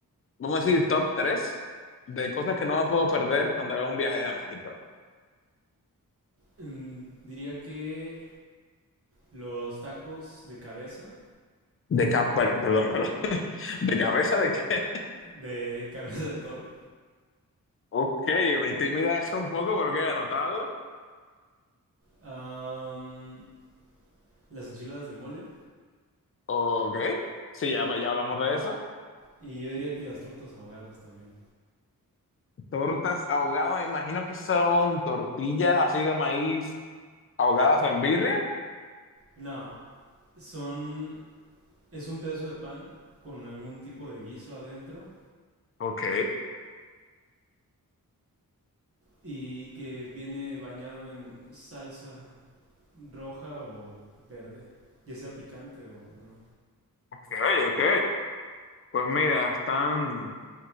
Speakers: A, on the left; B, on the right.
A: vamos a decir, top 3 de cosas que no me puedo perder cuando haga un viaje a México.
B: Mm, diría que los tacos de cabeza,
A: De cap, per- perdón, perdón, <laughs> de cabeza de que,
B: de <laughs> cabeza de toro,
A: ok, me intimida eso un poco porque he anotado,
B: am, las enchiladas de mole
A: ok, sí, ya, ya hablamos de eso.
B: y yo diría que las tortas ahogadas también.
A: Tortas ahogadas, me imagino que son tortillas así de maíz ahogadas en birria.
B: No, son Es un pedazo de pan con algún tipo de guiso adentro
A: Ok,
B: y que viene bañado en salsa roja o verde, ya sea picante o, o no.
A: ok, ok, pues mira, están